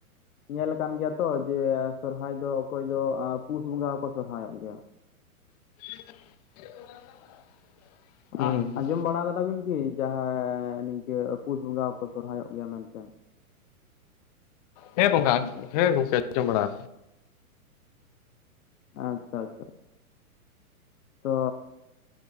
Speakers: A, on the left (about 70°); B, on the left (about 30°).
A: ᱧᱮᱞ ᱟᱠᱟᱱ ᱜᱮᱭᱟ ᱛᱚ ᱡᱮ ᱥᱚᱨᱦᱟᱭ᱾ ᱫᱚ ᱚᱠᱚᱭ ᱫᱚ ᱯᱩᱥ ᱵᱚᱸᱜᱟ ᱦᱚᱸᱠᱚ ᱥᱚᱨᱦᱟᱭᱚᱜ ᱜᱮᱭᱟ ᱾
B: <unintelligible> ᱦᱩᱸ
A: ᱟᱸ ᱟᱡᱚᱢ ᱵᱟᱲᱟ ᱠᱟᱫᱟ ᱵᱤᱱ ᱠᱤ᱾ ᱡᱟᱸᱦᱟ ᱱᱤᱝᱠᱟᱹ ᱯᱩᱥ ᱵᱚᱸᱜᱟ ᱦᱚᱸᱠᱚ ᱥᱚᱨᱦᱟᱭᱚᱜ ᱜᱮᱭᱟ ᱢᱮᱱᱛᱮ᱾
B: ᱦᱮᱸ ᱵᱚᱸᱜᱟ, ᱦᱮᱸ ᱜᱚᱝᱠᱮ ᱟᱸᱡᱚᱢ ᱵᱟᱲᱟ᱾
A: ᱟᱪᱪᱷᱟ ᱟᱪᱪᱷᱟ ᱛᱚ᱾